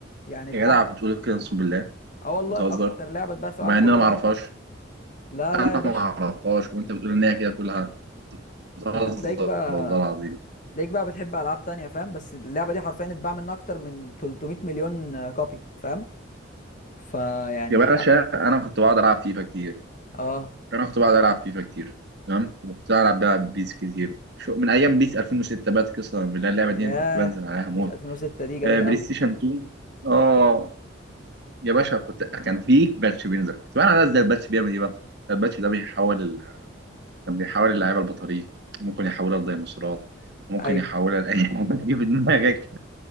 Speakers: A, on the left (about 40°); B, on the right (about 55°).
A: يعني اتباع
B: يا جدع
A: منها
B: بتقول كده اقسم بالله
A: اه والله
B: بتهزر
A: اكتر لعبه اتباعت في العالم
B: مع ان
A: كله
B: انا ما
A: هي
B: اعرفهاش
A: ماينكرافت لا
B: انا
A: لا يا باشا
B: ما اعرفهاش وانت بتقول ان هي كده كلها بتهزر
A: ما انت تلاقيك بقى
B: والله العظيم
A: تلاقيك بقى بتحب العاب تانية فاهم بس اللعبه دي حرفيا اتباع منها اكتر من 300 مليون كوبي فاهم فيعني
B: يا باشا
A: لا
B: انا كنت بقعد العب فيفا كتير
A: اه
B: انا كنت بقعد العب فيفا كتير تمام وكنت العب بلعب بيس كتير شو من ايام بيس 2006 بقت قصه من اللعبه دي
A: ياه
B: انا كنت بنزل عليها موت
A: بيس 2006 دي جميله
B: آه، بلاي
A: قوي
B: ستيشن 2 اه يا باشا كنت كان في باتش بينزل كنت بقى انا ازاي الباتش بيعمل ايه بقى الباتش ده بيحول ال... كان بيحول اللعيبه لبطاريق ممكن يحولها لديناصورات ممكن
A: ايوه
B: يحولها لاي حاجه <laughs> تيجي في دماغك